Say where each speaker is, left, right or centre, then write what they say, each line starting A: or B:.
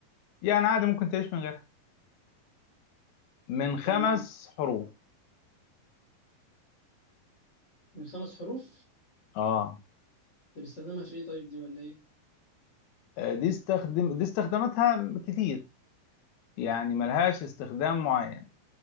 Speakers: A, on the left; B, on the left.
A: يعني عادي ممكن تعيش من غيرها من خمس
B: تمام
A: حروف
B: من خمس حروف
A: اه
B: بنستخدمها في ايه طيب دي ولا ايه؟
A: آه، دي استخدم دي استخداماتها كتير يعني ملهاش استخدام معين